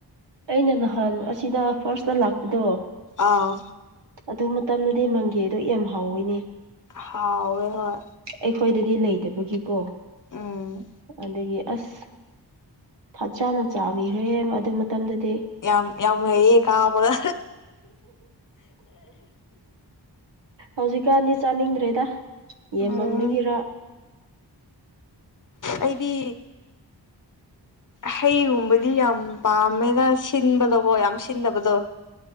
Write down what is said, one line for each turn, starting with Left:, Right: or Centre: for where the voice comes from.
Right: ꯑꯩꯅ ꯅꯍꯥꯟ ꯑꯁꯤꯗ ꯐꯥꯔꯁꯇ ꯂꯥꯛꯄꯗꯣ
Left: ꯑꯥ
Right: ꯑꯗꯨ ꯃꯇꯝꯗꯨꯗꯤ ꯃꯪꯒꯦꯗꯣ ꯌꯥꯝ ꯍꯥꯎꯋꯤꯅꯦ
Left: ꯍꯥꯎꯋꯦ ꯍꯣꯏ
Right: ꯑꯩꯈꯣꯏꯗꯗꯤ ꯂꯩꯇꯕꯒꯤꯀꯣ
Left: ꯎꯝ
Right: ꯑꯗꯒꯤ ꯑꯁ ꯐꯖꯥꯅ ꯆꯥꯕꯤꯈ꯭ꯔꯦ ꯑꯗꯨ ꯃꯇꯝꯗꯗꯤ
Left: ꯌꯥꯝ ꯌꯥꯝ ꯍꯩꯌꯦ ꯀꯥꯕꯒ
Right: ꯍꯧꯖꯤꯛꯀꯥꯟꯗꯤ ꯆꯥꯅꯤꯡꯗ꯭ꯔꯦꯗ ꯌꯦꯃꯟꯕꯒꯤꯔ
Left: ꯎꯝ ꯑꯩꯗꯤ
Right: <inaudible>
Left: ꯍꯩꯒꯨꯝꯕꯗꯤ ꯌꯥꯝ ꯄꯥꯝꯃꯦꯗ ꯁꯤꯟꯕꯗꯣꯀꯣ ꯌꯥꯝ ꯁꯤꯟꯗꯕꯗꯣ